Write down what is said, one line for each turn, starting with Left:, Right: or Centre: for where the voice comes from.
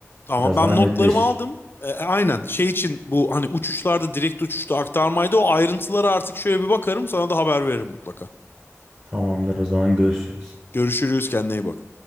Left: Ama
Right: biraz
Left: ben
Right: daha netleşir.
Left: notlarımı aldım. E, aynen şey için bu hani uçuşlarda direkt uçuşta aktarmaydı. O ayrıntılara artık şöyle bir bakarım sana da haber veririm mutlaka.
Right: Tamamdır o zaman görüşürüz.
Left: Görüşürüz kendine iyi bak.